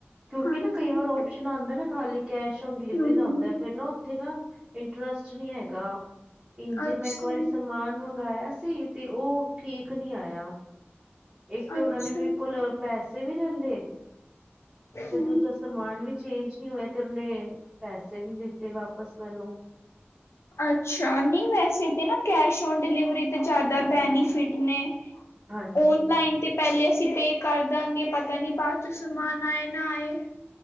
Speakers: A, on the right; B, on the left.
A: ਕਿਉਂਕਿ
B: ਹਾਂਜੀ
A: ਨਾ ਕਈ ਵਾਰ ਓਸ਼ਨ ਆਉਂਦਾ ਨਾ ਖਾਲੀ ਕੈਸ਼ ਨ, ਡਿਲੀਵਰੀ
B: ਹਮ
A: ਦਾ
B: ਹਮ
A: ਹੁੰਦਾ ਫਿਰਰ ਨਾ। ਉਥੇ ਨਾ ਇੰਟਰਸਟ ਨੀ ਹੈਗਾ, ਇੰਜੇ
B: ਅੱਛਾ
A: ਮੈਂ, ਇੱਕ ਵਾਰੀ ਸਮਾਨ ਮੰਗਵਾਇਆ ਸੀ। ਤੇ ਉਹ ਠੀਕ ਨੀ ਆਇਆ। ਇੱਕ ਤੇ
B: ਅੱਛਾ
A: ਉਹਨਾ ਨੇ ਮੇਰੇ ਕੋਲ ਪੈਸੇ ਵੀ, ਲੈਂਲੇ ਤੇ
B: ਹਮ
A: ਦੂਜਾ ਸਮਾਨ ਵੀ ਚੇਂਜ ਨੀ ਹੋਇਆ। ਤੇ ਉਨੇ ਪੈਸੇ ਵੀ, ਨੀ ਦਿੱਤੇ ਵਾਪਸ ਮੈਨੂੰ
B: ਅੱਛਾ ਨਹੀਂ ਵੈਸੇ ਤਾਂ, ਨਾ ਕੈਸ਼ ਔਨ ਡਿਲੀਵਰੀ ਤੇ ਜ਼ਿਆਦਾ ਬੈਨੀਫਿਟ ਨੇ,
A: ਹਾਂਜੀ
B: ਓਨਲਾਈਨ ਤੇ ਪਹਿਲੇ ਅਸੀਂ ਪੇ ਕਰ ਦਾਂਗੇ ਪਤਾ ਨੀ ਬਾਅਦ ਚ, ਸਮਾਨ ਆਏ ਨਾ, ਆਏ